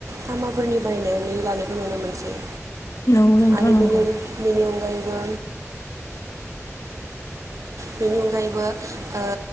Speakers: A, on the right (about 85°); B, on the left (about 70°).
A: तामाफोरनि बानायनानै लानायखौ नुनो मोनसै।
B: नंगौ नोंथां
A: आरो
B: नंगौ
A: बेनि बेनि‌ अनगायैबो बेनि अनगायैबो ओ